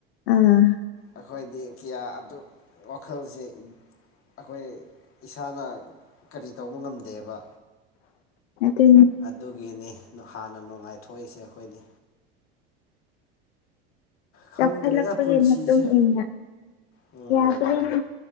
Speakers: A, on the left (about 85°); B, on the left (about 45°).
A: ꯑꯥ
B: ꯑꯩꯈꯣꯏꯗꯤ ꯀꯤꯌꯥ ꯑꯗꯨ ꯋꯥꯈꯜꯁꯦ ꯑꯩꯈꯣꯏ ꯏꯁꯥꯅ ꯀꯔꯤ ꯇꯧꯕ ꯉꯝꯗꯦꯕ
A: ꯑ ꯇ
B: ꯑꯗꯨꯒꯤꯅꯤ ꯍꯥꯟꯅ ꯅꯨꯡꯉꯥꯏꯊꯣꯛꯏꯁꯦ ꯑꯩꯈꯣꯏꯅꯤ ꯈꯪꯗ꯭ꯔꯦꯗ
A: ꯆꯥꯎꯈꯠꯂꯛꯄꯒꯤ
B: ꯄꯨꯟꯁꯤꯁꯦ꯫
A: ꯃꯇꯨꯡ ꯏꯟꯅ
B: ꯎꯝ
A: ꯌꯥꯗ꯭ꯔꯦꯅꯦ